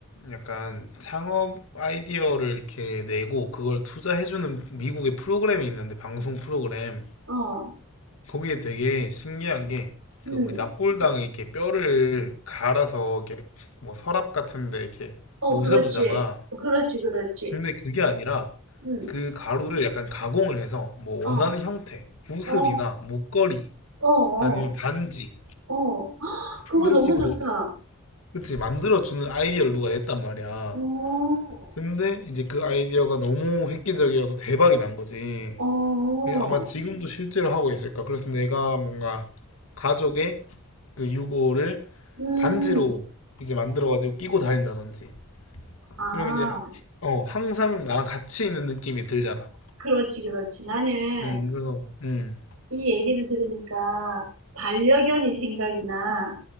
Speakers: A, on the left (about 70°); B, on the right (about 70°).
A: 약간 창업 아이디어를 이렇게 내고 그걸 투자해주는 미국의 프로그램이 있는데 방송 프로그램.
B: 어,
A: 거기에 되게 신기한 게
B: 음,
A: 그 우리 납골당에 이렇게 뼈를 갈아서 이렇게 뭐 서랍 같은데 이렇게
B: 어,
A: 모셔두잖아.
B: 그렇지. 그렇지, 그렇지.
A: 근데 그게 아니라
B: 음,
A: 그 가루를 약간 가공을 해서 뭐
B: 어,
A: 원하는 형태, 구슬이나
B: 어,
A: 목걸이
B: 어, 어,
A: 아니면 반지
B: 어. 헉, 그거
A: 이런
B: 너무
A: 식으로
B: 좋다.
A: 그치 만들어주는 아이디어를 누가 냈단 말이야.
B: 어,
A: 근데 이제 그 아이디어가 너무 획기적이어서 대박이 난 거지.
B: 어.
A: 그 아마 지금도 실제로 하고 있을까. 그래서 내가 뭔가 가족의 그 유골을
B: 음.
A: 반지로 이제 만들어가지고 끼고 다닌다든지.
B: 아.
A: 이러면 이제, 어, 항상 나랑 같이 있는 느낌이 들잖아.
B: 그렇지, 그렇지. 나는
A: 음, 그래서, 음.
B: 이 얘기를 들으니까 반려견이 생각이나